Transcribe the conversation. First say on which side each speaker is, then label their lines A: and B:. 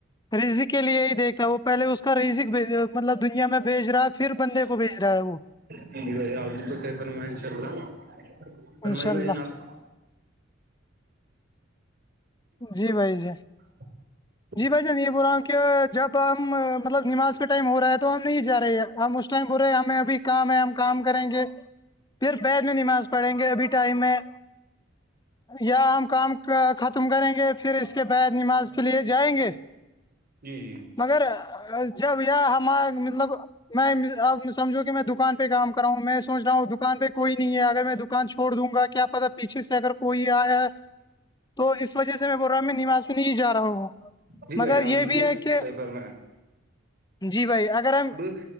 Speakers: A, on the left; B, on the right.
A: رزق کے لیے ہی دیکھتا ہے وہ پہلے اس کا رزک مطلب دنیا میں بھیج رہا ہے پھر بندے کو بھیج رہا ہے وہ
B: جی جی بھائی آپ بالکل صی فرمائییں ان شاء اللہ فرمائیے
A: انشاء
B: بھائی
A: اللہ
B: جان آپ
A: جی بھائی جی
B: ہاں
A: جی بھائی جان یہ بول رہا ہوں کہ جب ہم مطلب نماز کا ٹائم ہو رہا ہے تو ہم نہیں جا رہے ہیں ہم ٹائم پرے ہمیں ابھی کام ہے ہم کام کریں گے پھر بیید میں نماز پڑھیں گے ابھی ٹائم میں یا ہم کام ختم کریں گے پھر اس کے بعد نماز کے لیے جائیں گے
B: جی جی
A: مگر جب یہ ہمار مطلب میںبمجھو کہ میں دکان پہ کام کرا ہوں میں سوچ رہا ہوں دکان پہ کوئی نہیں ہے اگر میں دکان چھڑ دوں گا کیا پتا پیچھے سے اگر کوئی آیا ہے تو اس وجہ سے میں بول رہا ہاں نواز میں نہیں جا رہا ہوں
B: جی بھائی
A: مگر
B: جان آپ
A: یہ
B: نے بالکل
A: بھی ہے کہ
B: صحیح فرمایا
A: جی بھائی اگر ہم
B: ہاں